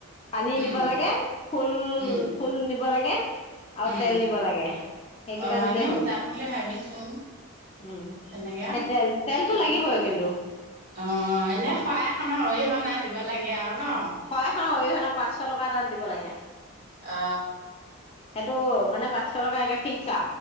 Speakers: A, on the left; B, on the right.
A: পানী
B: উম
A: নিব লাগে। ফুল
B: উম
A: ফুল নিব লাগে। আও
B: উম
A: তেল নিব লাগে। সেইকেইটা
B: অ
A: নিলেই
B: আমিও
A: হ'ল।
B: যাম বুলি ভাবিছো
A: উম
B: তেনেকে
A: সে তেল, তেলটো লাগিবই কিন্তু।
B: অ এনে শৰাইখন আৰু অৰিহনা দিব লাগে আও ন?
A: শৰাইখন অৰিহণা পাঁচশ টকা এটা দিব লাগে।
B: আ।
A: সেইটো মানে পাঁচশ টকা একে ফিক্স আ।